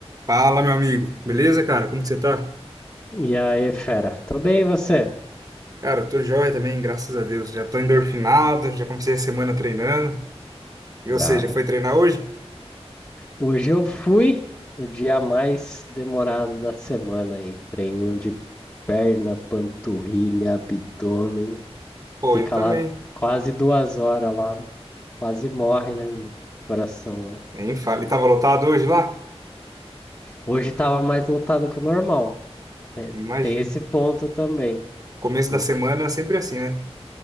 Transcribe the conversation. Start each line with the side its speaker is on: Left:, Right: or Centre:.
Right: Fala, meu amigo. Beleza, cara? Como que você tá?
Left: E aí, fera, tudo bem e você?
Right: Cara, eu tô joia também, graças a Deus. Já tô endorfinado, já comecei a semana treinando.
Left: Brabo.
Right: E você, já foi treinar hoje?
Left: Hoje eu fui o dia mais demorado da semana aí. Treininho de perna, panturrilha, abdômen.
Right: Pô,
Left: Fica
Right: eu também.
Left: lá quase duas horas lá, quase morre, né, no coração. lá.
Right: Nem fale. Tava lotado hoje lá?
Left: Hoje tava mais lotado que o normal. Tem,
Right: Imagino.
Left: tem esse ponto também.
Right: Começo
Left: Tipo,
Right: da semana é sempre assim, né?